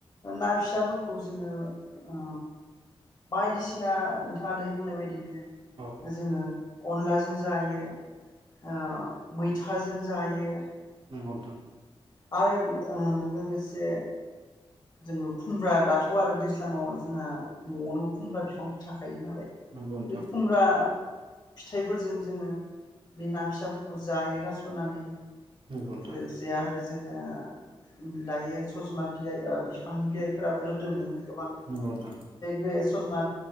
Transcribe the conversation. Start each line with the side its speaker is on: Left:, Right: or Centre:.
Left: ना फिसाफोरखौ जोङो ओ बायदिसिना नोंथाङा दैहै बुंनाय बायदिनो।
Right: औ
Left: जोङो अनलाजों जायो औ मैथाजों जायो
Right: नोंगौ नोंथां।
Left: आरो ओ लोगोसे जोङो खुमब्रा दाथ' आरो दैज्लाङाव जोंहा न'आवनो खुमब्रा बिफांफोर थाख खायो नालाय
Right: नोंथां
Left: बै खुमब्रा फिथाइफोरजों जोङो बे ना फिसाफोरखौ जायो गारस'ननानै
Right: नंगौ नोंथां
Left: लोगोसे आरो जोङो दायो सजना बिलाइओ बिफांनि बिलाइफोराबो रोदोमो गोबां
Right: नंगौ नोंथां
Left: बे सजना